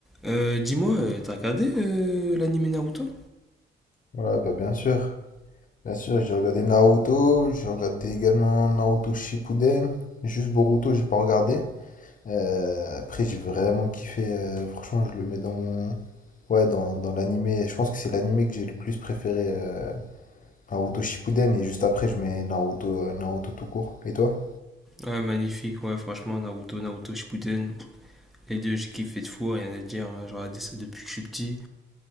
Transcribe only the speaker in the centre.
Euh, dis-moi, euh, t'as regardé euh, l'anime Naruto?
Ouais, magnifique, ouais, franchement, Naruto, Naruto Shippuden, les deux, j'ai kiffé de fou, rien à dire, hein, j'ai regardé ça depuis que je suis petit,